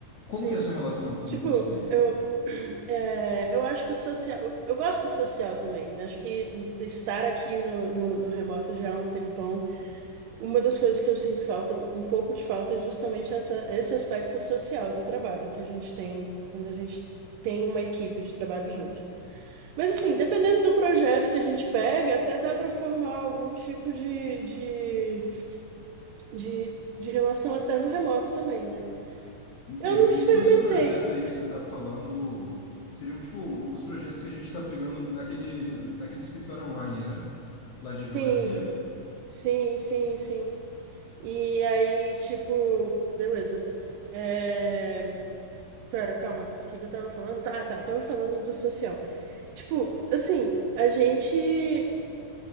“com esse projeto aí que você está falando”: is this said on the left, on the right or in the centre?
Left